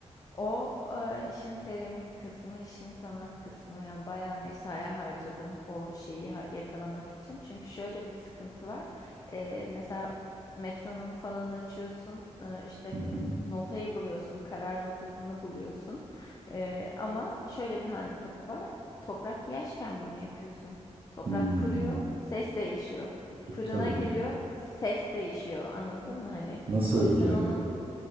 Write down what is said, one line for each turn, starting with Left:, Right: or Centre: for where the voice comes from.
Left: O e, işin seramik kısmı, işin sanat kısmı. Yani bayağı mesai harcadım o şeyi ha- yakalamak için. Çünkü şöyle bir sıkıntı var. E, mesela metronomu falan açıyorsun, e, işte
Right: Hı
Left: k-
Right: hı.
Left: notayı buluyorsun, karar notasını buluyorsun. E, ama şöyle bir handikapı var. Toprak yaşken bunu yapıyorsun. Toprak
Right: Hmm,
Left: kuruyor, ses değişiyor. Fırına
Right: tabii.
Left: giriyor, ses değişiyor. Anladın mı? Hani
Right: Nasıl
Left: o
Right: olacak?
Left: yüzden onun